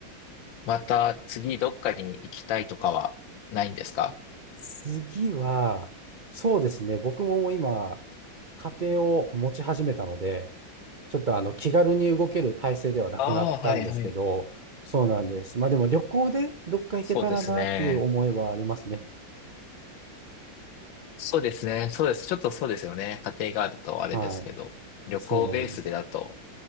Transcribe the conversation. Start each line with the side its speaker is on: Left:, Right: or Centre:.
Left: また次どっかに行きたいとかはないんですか
Right: 次は、そうですね、僕ももう今、家庭を持ち始めたので、ちょっとあの気軽に動ける体制ではなくなったんですけど、
Left: ああ、はい、はい。
Right: そうなんです。まあでも旅行でどっか行けたらなっていう思いはありますね。
Left: そうですね。そうですね。そうです。ちょっとそうですよね。家庭があるとあれですけど、
Right: はい。
Left: 旅行ベースでだと
Right: そうなんです。